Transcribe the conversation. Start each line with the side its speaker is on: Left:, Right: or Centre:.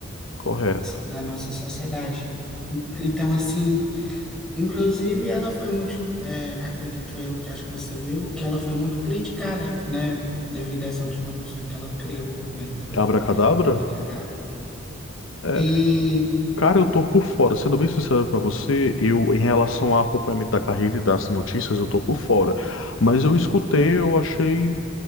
Left: correto.
Centre: da nossa sociedade. Então, assim. Inclusive, ela foi muito, é, acredito eu, que acho que você viu, que ela foi muito criticada, né, devido a essa última música que ela criou, né, que foi
Left: Abracadabra?
Centre: Abracadabra.
Left: É.
Centre: E
Left: Cara, eu tô por fora. Sendo bem sincero pra você, eu, em relação ao acompanhamento da carreira e das notícias, eu tô por fora. Mas eu escutei, eu achei